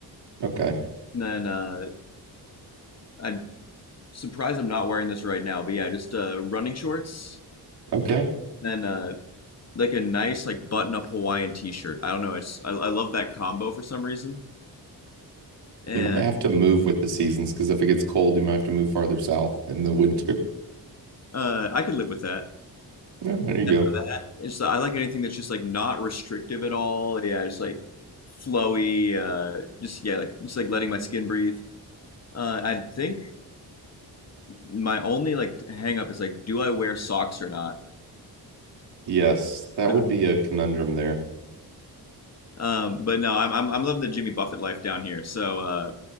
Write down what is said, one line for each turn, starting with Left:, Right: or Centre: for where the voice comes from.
Right: Okay.
Left: And then uh, I'm surprised I'm not wearing this right now, but yeah, just uh, running shorts.
Right: Okay.
Left: Then uh, like a nice like button-up Hawaiian t-shirt. I don't know, I just I, I love that combo for some reason, and
Right: You might have to move with the seasons because if it gets cold, you might have to move farther south in the winter. <laughs>
Left: uh, I could live with that.
Right: Yeah, there you go.
Left: that. It's I like anything that's just like not restrictive at all. Yeah, just like flowy. Uh, just yeah, like just like letting my skin breathe. Uh, I think my only like hang up is like, do I wear socks or not?
Right: Yes, that
Left: No.
Right: would be a conundrum there.
Left: Um, but no, I'm, I'm I'm loving the Jimmy Buffett life down here. So uh,